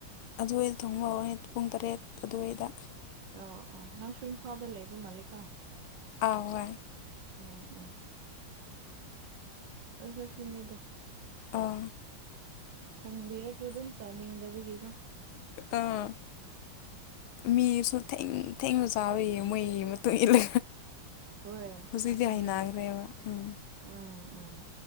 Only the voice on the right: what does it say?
ꯑ ꯑꯣ ꯅꯪꯁꯨ ꯏꯝꯐꯥꯜꯗ ꯂꯩꯕ ꯃꯥꯂꯤ ꯀꯣ
꯫ ꯎꯝ ꯎꯝ꯫ ꯑꯩ ꯈꯣꯏ ꯁꯨꯅꯤꯗ
ꯊꯣꯡꯕꯤꯔꯁꯨ ꯑꯗꯨꯝ ꯆꯥꯅꯤꯡꯗꯕꯒꯤ ꯀꯣ
ꯍꯣꯏ
ꯑꯗꯨꯅꯦ
ꯎꯝ ꯎꯝ